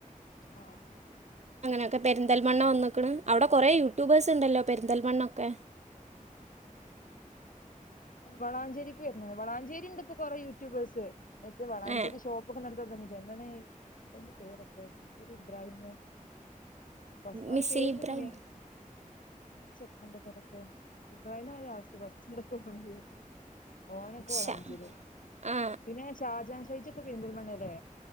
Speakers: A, on the left; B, on the right.
A: ആഹ
B: ൊക്കെ പെന്തൽമണ്ണ വന്നക്കണ് അവിടെറെേ യൂട്യൂബേഴ്സ് ഉണ്ടല്ലോ പെരിന്തൽമണ്ണൊക്കെ
A: വളാഞ്ചേക്ക് വരുന്നേ വളാഞ്ചേരി ഉ ഇപ്പപ്പോ കൊററെ യൂട്യൂബേഴ്സ് മറ്റേ വളാഞ്ചേരി
B: ഏ
A: ഷോപ്പൊക്കെ നടത്ത എന്തണ ഇന്തണ്ട് പേര്ല്ല എന്ത്രി ഇബ്രാഹിം ബ അവന്റെ
B: മിസ്സി
A: പേര്
B: ഇബ്രാഹിം
A: കിട്ടുന്ന ചെക്കണ്ട തറപ്പ ഇ ആന്ന ആസ് വസ്ന്ത പറമ ചെയ്യ ഓനൊക്കെ വളാം
B: ഷാ
A: അഞ്ചീരി
B: ആ
A: പിന്നെ ഷാജാൻ ൈച്ച ഒക്കെ പെരുന്തൽമണ്ണ അല്ലേ